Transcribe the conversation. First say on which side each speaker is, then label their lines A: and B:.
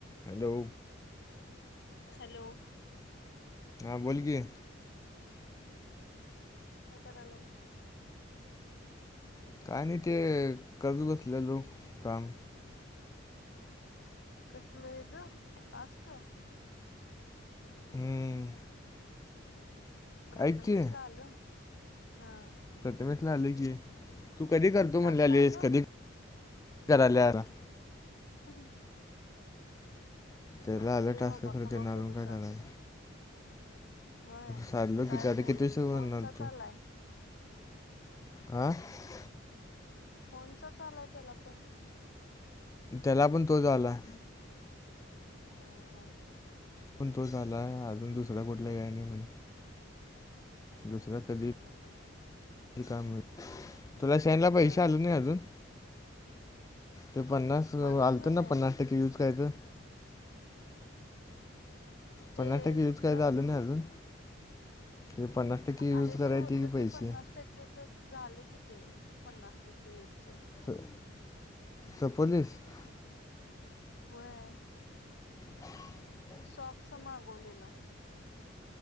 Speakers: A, on the left (about 15°); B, on the left (about 60°).
A: हॅलो!
B: हॅलो!
A: हा बोल कि.
B: काय करायलाय.
A: काय नाही ते करत बसलेलो काम.
B: कसलं हे टास्क?
A: हम्म!
B: प्रथमेश
A: ऐक की
B: ला आलं? हा
A: प्रथमेश ला आले की, तू कधी करतो
B: टास्क
A: म्हणलेलेस
B: आलं
A: कधी करायलारस?
B: ह ह!
A: त्याला
B: असू
A: आले
B: दे
A: टास्क
B: बाबा
A: खरं
B: कवा
A: त्यांन अजून
B: करू
A: काय
B: सांग
A: कराय नाय.
B: व्हय.
A: साधलो
B: काय
A: किती आता
B: फोन
A: किती ष बनणार
B: फोनचा चालाय
A: तू? <inaudible>
B: फोन चा आलाय त्याला पण,
A: त्याला पण तोच आलाय.
B: हम हा!
A: पण तोच आलाय अजून दुसरा कोठला याय नाही म्हण. दुसरा कधी येतोय
B: हम्म हम्म
A: काय माहित ‌. तुला शेनला
B: होय.
A: पैसे आल नाही अजून? ते पन्नास
B: बघितलो
A: आलत
B: नाही
A: ना पन्नास टक्के युज कयचं
B: ते
A: पन्नास टक्के
B: कुठलं
A: यूज काही आलं नाही अजून, हे पन्नास टक्के यूज
B: अरे
A: करायचे
B: ते होत
A: की पैसे
B: ते पन्नास टक्केच झालं कि ते, पन्नास टक्के युज.
A: तर तर पलीिस. <unintelligible>
B: वय
A: ह! <unintelligible>
B: सॉक्स मागवलेल.